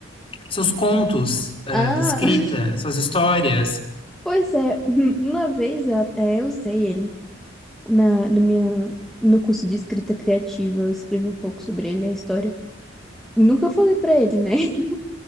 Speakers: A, on the left; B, in the centre.
A: Seus contos, ah,
B: Ah,
A: de escrita,
B: <laughs>
A: suas histórias.
B: pois é. hum, Uma vez eu até usei ele na, na minha, no meu curso de escrita criativa. Eu escrevi um pouco sobre ele, a história. Nunca falei pra ele, né? <laughs>